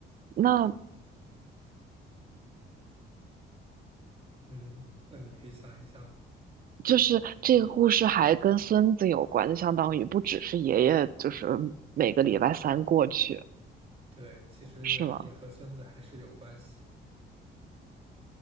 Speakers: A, on the right; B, on the right.
A: 那
B: 嗯，那你可以想一想，
A: 就是这个故事还跟孙子有关，就相当于不只是爷爷，就是每个礼拜三过去，
B: 对，其实也和孙子还是有关系。
A: 是吗？